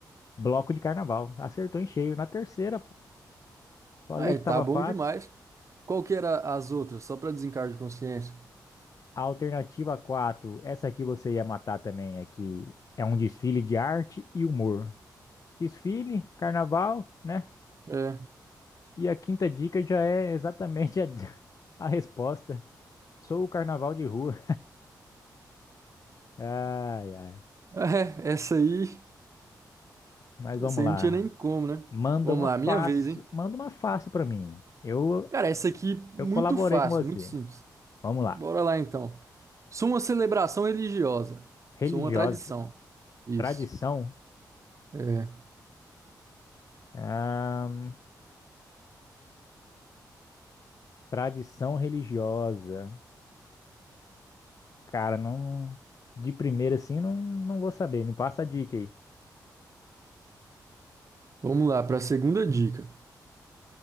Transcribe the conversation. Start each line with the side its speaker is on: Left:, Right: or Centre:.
Left: Bloco de carnaval. Acertou em cheio. Na terceira, pô. Falei
Right: é,
Left: que
Right: tá
Left: tava
Right: bom
Left: fácil.
Right: demais. Qual que era as outras? Só pra desencargo de consciência.
Left: A alternativa 4. essa aqui você ia matar também, é que é um desfile de arte e humor. Desfile, carnaval, né?
Right: É.
Left: E a quinta dica já é exatamente a, <laughs> a resposta. Sou o carnaval de rua. Ai, ai.
Right: É, essa aí,
Left: Mas
Right: essa
Left: vamos
Right: aí
Left: lá.
Right: não tinha nem como, né?
Left: Manda
Right: Vamos
Left: uma
Right: lá,
Left: fácil.
Right: minha vez, hein?
Left: Manda uma fácil pra mim. Eu,
Right: Cara, essa aqui muito
Left: eu colaborei
Right: fácil,
Left: com você.
Right: muito simples.
Left: Vamos lá.
Right: Bora lá então. Sou uma celebração religiosa.
Left: Religiosa.
Right: Sou uma tradição. Isso.
Left: Tradição.
Right: É.
Left: Ahn, tradição religiosa. Cara, não. De primeira assim, não, não vou saber. Me passa a dica aí.
Right: Vamos lá para a segunda dica.